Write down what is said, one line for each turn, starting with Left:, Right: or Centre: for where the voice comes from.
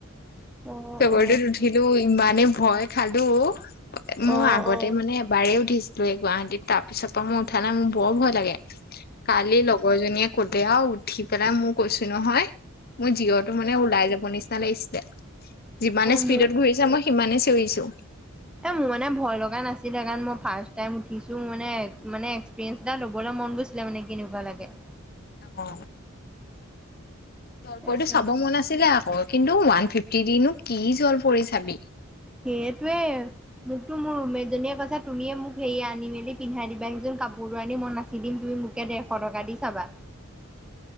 Centre: অ
Left: চকৰিটোত
Centre: অ
Left: উঠিলো ইমান মানে ভয় খালো মই
Centre: অ
Left: আগতে
Centre: অ
Left: মানে এবাৰেই উঠিছো গুৱাহাটীত তাৰ পিছৰ পৰা মোৰ উঠা নাই মোৰ বৰ ভয় লাগে কালি লগৰজনীয়ে কতেয়াও উঠি পেলাই মোৰ কৈছো নহয় মোৰ জিৰতো মানে ওলাই যাব নিচিনা লাগিছিলে যিমানে স্পিডত
Centre: মোৰ
Left: ঘূৰিছা মই সিমানে চিঞৰিছো
Centre: এ মোৰ মানে ভয় লগা নাছিলে কাৰণে ফাৰ্ষ্ট টাইম উঠিছোঁ মোৰ মানে মানে মন গৈছিলে মানে কিনেকোৱা লাগে
Left: অ জলপতটো
Centre: তাকে
Left: চাব মন আছিলে আকৌ কিন্তু ওৱান ফিফটি দিনো কি জল পৰি চাবি
Centre: সেইটোৱে মোকতো মোৰ ৰুমমেট জনীয়ে কৈছা তুমিয়ে মোক হেৰি আনি মেলি পিন্ধাই দিবা সিচোন কাপোৰটোৰ আনি মই নাচি দিম তুমি মোকে ডেৰশ টকা দি চাবা